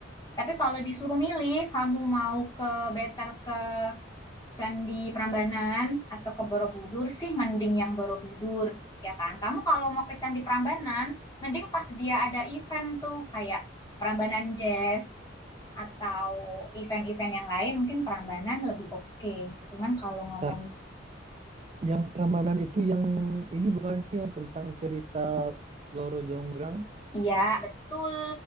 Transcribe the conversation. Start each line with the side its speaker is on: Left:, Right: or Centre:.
Left: Tapi kalau disuruh milih, kamu mau ke better ke Candi Prambanan atau ke Borobudur sih, mending yang Borobudur, ya kan? Kamu kalau mau ke Candi Prambanan, mending pas dia ada event tuh kayak Prambanan Jazz atau event-event yang lain, mungkin Prambanan lebih oke. Cuman kalau ngomong,
Right: Ntar, yang Prambanan itu yang ini bukan sih yang tentang cerita Loro Jonggrang?
Left: iya betul,